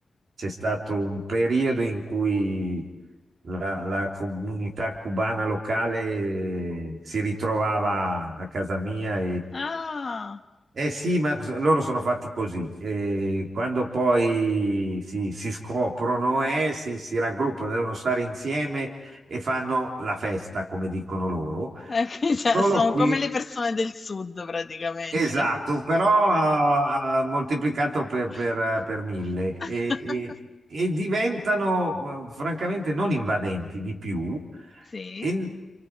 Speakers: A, on the right; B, on the left.
A: c'è stato un periodo in cui la, la comunità cubana locale si ritrovava a casa mia
B: Ah,
A: eh sì, ma s- loro sono fatti così. eh, quando poi si, si scoprono e si, si raggruppano, devono stare insieme e fanno la festa, come dicono loro.
B: ecco, <laughs> cioè,
A: Solo
B: sono
A: che
B: come le persone del sud praticamente.
A: Esatto, però ha, ha moltiplicato per, per,
B: <laughs>
A: per mille e, e- e diventano eh, francamente non invadenti di più
B: Sì.
A: e n-